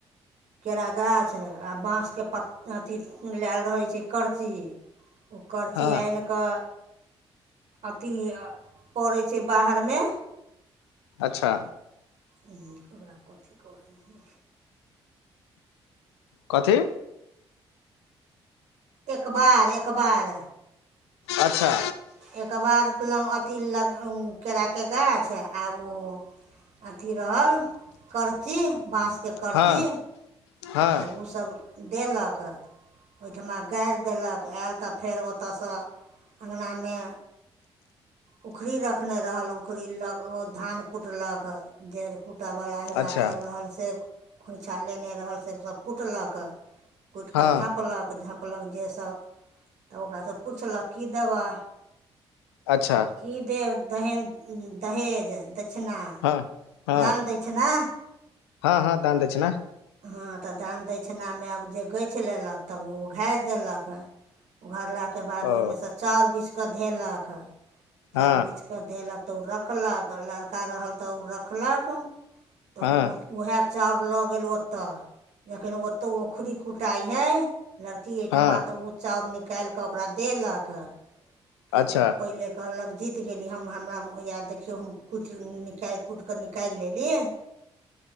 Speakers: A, on the right; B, on the left.
A: केरा गाछ आ बाँस के प अथी लायल रहैत छै करची ओ करची
B: हँ
A: आय केऽ अथी पड़ै छै बाहर मे
B: अच्छा
A: ह्म ओकरा कथी कहै हइ
B: कथी
A: एकबार एखबार
B: अच्छा
A: एकबार ल्ग अथि ह् लग केरा के गाछ आ ओ अथी रहल करची बाँस के करची
B: हँ हँ
A: तऽ ओ सभ देलक ओहिठिमा गार देलक आयल तऽ फेर ओतय सँ अङ्गनामे उखरी रखने रहल उखरी ल ओ धान कुटलक जर कूटय वला अहि
B: अच्छा
A: बात सभ रहल से खोँइछा लेने रहल से सभ कुटलक कुटिके
B: हँ
A: झाँपलक झाँपलक जे सब तऽ ओकरा सँ पुछलक कि देबऽ
B: अच्छा
A: की देब दहेन दहेज दक्षिणा
B: हँ हँ
A: दान दक्षिणा
B: हँ हँ दान दछैना
A: हँ तऽ दान दक्षिणा मे आब जे गछि लेलक तब ओ उ घारि देलक उघरला के बाद
B: ओ
A: ओहिमे सँ चाउर बिछ कऽ धेलक चउर
B: हँ
A: बिछ कऽ धेलक तऽ ओ रखलक लड़का रहल तऽ ओ रखलक तऽ
B: हँ
A: ओ उएह चाउर लऽ गेल ओतय जखन ओतय औखुरी कुटाइ हइ लड़की एहिठमा
B: हँ
A: तऽ ओ चाउर निकालिकऽ ओकरा देलक कि
B: अच्छा
A: पहिले कहलक जीत गेली हम हमरा ये देखियौ हम कुटि निकालि कुटिके निकालि लेलि।